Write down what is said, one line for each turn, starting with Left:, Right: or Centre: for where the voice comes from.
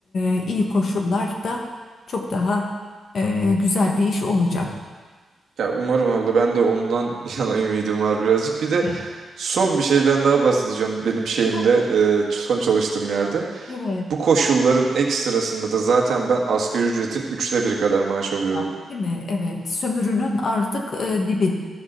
Left: e, iyi koşullarda çok daha e, güzel bir iş olacak.
Right: Ya umarım abla ben de ondan <laughs> yana ümidim var birazcık. Bir de
Left: Evet.
Right: son bir şeyden daha bahsedeceğim benim şeyimde
Left: Hah,
Right: e, son çalıştığım yerde.
Left: Evet.
Right: Bu koşulların ekstrasında da zaten ben asgari ücretin üçte biri kadar maaş alıyordum.
Left: Ya.
Right: <laughs>
Left: Değil mi? Evet. Sömürünün artık e, dibi.